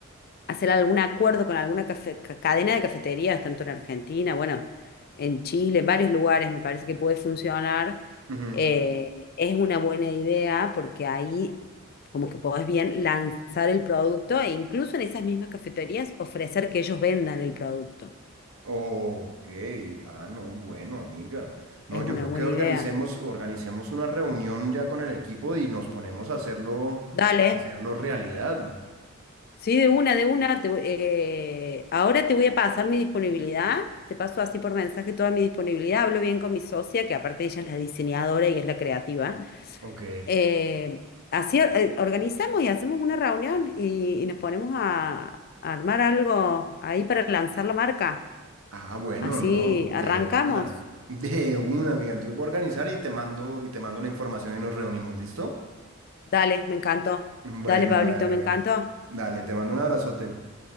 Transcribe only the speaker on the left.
hacer algún acuerdo con alguna cafe- ca- cadena de cafeterías, tanto en Argentina, bueno, en Chile, en varios lugares me parece que puede funcionar.
Eh, es una buena idea porque ahí como que podés bien lanzar el producto e incluso en esas mismas cafeterías ofrecer que ellos vendan el producto.
Es
una
buena
idea.
Dale.
Sí, de una, de una. te voy- eh, ahora te voy a pasar mi disponibilidad. Te paso así por mensaje toda mi disponibilidad. Hablo bien con mi socia, que aparte ella es la diseñadora y es la creativa.
Eh, así eh, organizamos y hacemos una reunión y, y nos ponemos a, a armar algo ahí para lanzar la marca.
Así
arrancamos.
Dale, me encantó.
Dale, Pablito,
me
encantó.